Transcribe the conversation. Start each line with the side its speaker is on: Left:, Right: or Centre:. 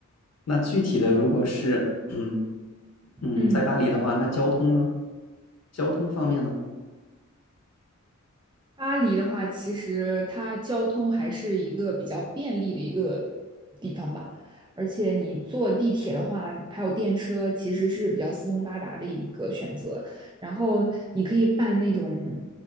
Left: 那具体的，如果是，<clears throat> 嗯嗯，
Right: 嗯，
Left: 在巴黎的话，那交通呢？交通方面呢？
Right: 巴黎的话，其实它交通还是一个比较便利的一个地方吧，而且你坐地铁的话，还有电车，其实是比较四通八达的一个选择。然后你可以办那种